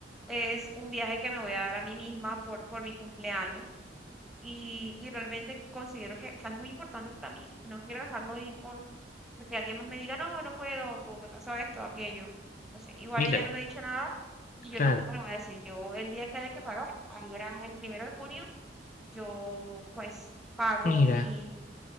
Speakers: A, in the centre; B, on the left (about 45°).
A: Es un viaje que me voy a dar a mí misma por, por mi cumpleaños. Y, y realmente considero que, o sea, es muy importante para mí. No quiero dejarlo ir por, porque alguien más me diga, no, no puedo, o me pasó esto, aquello. No sé, igual
B: mira,
A: ella no me ha dicho nada y yo
B: claro,
A: tampoco le voy a decir. Yo, el día que haya que pagar, ahora el primero de junio, yo pues pago
B: mira.
A: mi,